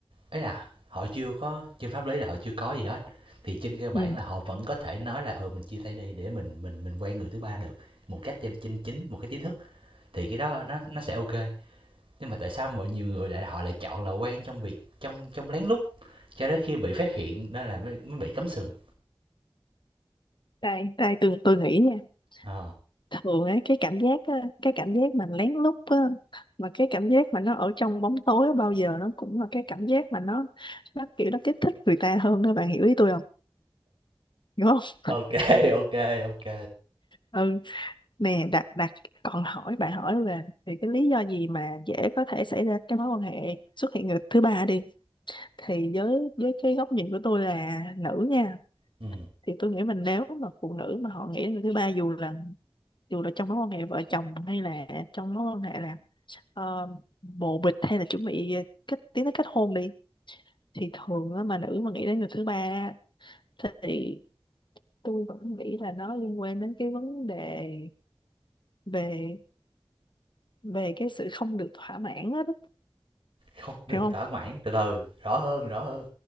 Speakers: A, on the right; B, on the left.
A: ấy là họ chưa có trên pháp lý là họ chưa có gì hết thì trên cơ bản
B: ừ.
A: là họ vẫn có thể nói là ừ mình chia tay đi để mình mình mình quen người thứ ba được một cách trên chính chính một cái chính thức thì cái đó nó nó sẽ ok nhưng mà tại sao mọi nhiều người lại họ lại chọn là quen trong việc trong trong lén lút cho đến khi bị phát hiện đó là mới, mới bị cấm sừng
B: Đây, đây tôi tôi nghĩ nha.
A: Ờ.
B: thường ấy cái cảm giác á, cái cảm giác mà lén lút á mà cái cảm giác mà nó ở trong bóng tối á, bao giờ nó cũng là cái cảm giác mà nó nó kiểu nó kích thích người ta hơn đó bạn hiểu ý tôi không đúng không
A: ok
B: <laughs>
A: ok ok
B: ừ nè đặt đặt còn hỏi bạn hỏi là thì cái lý do gì mà dễ có thể xảy ra cái mối quan hệ xuất hiện người thứ ba đi thì với với cái góc nhìn của tôi là nữ nha
A: ừ
B: thì tôi nghĩ mình nếu mà phụ nữ mà họ nghĩ đến người thứ ba dù là dù là trong mối quan hệ vợ chồng hay là trong mối quan hệ là ờ, bồ bịch hay là chuẩn bị kết tiến tới kết hôn đi thì thường á, mà nữ mà nghĩ đến người thứ ba á, thì tôi vẫn nghĩ là nó liên quan đến cái vấn đề về về cái sự không được thỏa mãn á đó,
A: Không, đừng
B: hiểu không
A: thỏa mãn, từ từ, rõ hơn, rõ hơn.